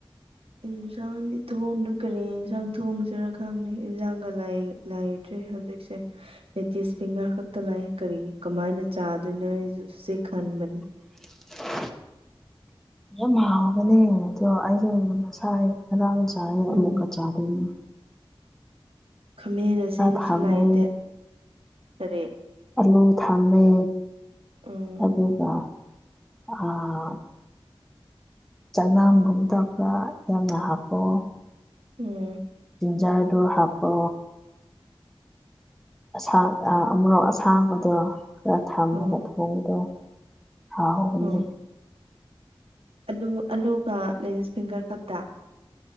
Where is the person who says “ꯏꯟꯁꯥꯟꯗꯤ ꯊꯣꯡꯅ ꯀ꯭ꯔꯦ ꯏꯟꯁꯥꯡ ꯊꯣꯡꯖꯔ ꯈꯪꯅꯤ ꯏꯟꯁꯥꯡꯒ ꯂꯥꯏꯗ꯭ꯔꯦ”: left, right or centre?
Right